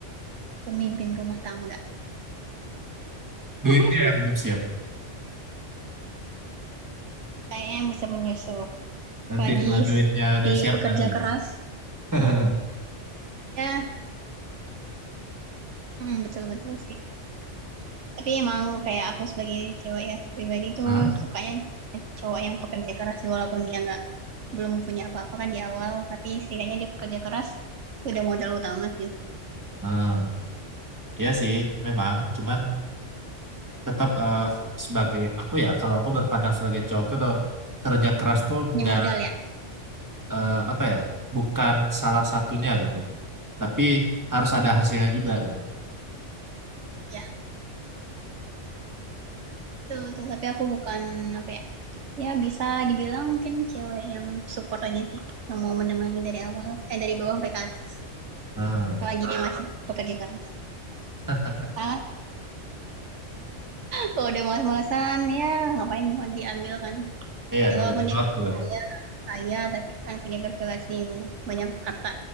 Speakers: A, on the right; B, on the right.
A: pemimpin rumah tangga.
B: Duitnya
A: <laughs>
B: yang belum siap.
A: Kayaknya yang bisa menyusul.
B: Nanti
A: Lagi
B: kalau duitnya udah
A: si
B: siap
A: pekerja
B: baru.
A: keras.
B: <laughs>
A: Ya, mm, betul-betul sih. Tapi emang kayak aku sebagai cewek ya, pribadi tuh
B: Hah?
A: sukanya cowok yang pekerja keras sih, walaupun dia nggak belum punya apa-apa kan di awal, tapi setidaknya dia pekerja keras udah modal utama sih.
B: Ah, iya sih, memang. Cuman tetap eh, sebagai aku ya, kalau aku berpandang sebagai cowok tuh tuh, kerja keras tuh
A: Punya
B: nggak
A: modal ya.
B: eh, apa ya, bukan salah satunya gitu. Tapi harus ada hasilnya juga gitu.
A: Ya, betul, betul. Tapi aku bukan apa ya, Ya bisa dibilang mungkin cewek yang support aja sih, yang mau menemani dari awal, eh dari bawah sampai ke atas.
B: Hmm.
A: Lagi dia masih pekerja keras.
B: <laughs>
A: ah kalau udah malas-malasan ya ngapain mau diambil kan.
B: Iya,
A: Ya
B: ngabisin
A: walaupun dia
B: waktu
A: bilang
B: loh.
A: kaya, kaya tapi kan punya privilege nih, punya banyak harta.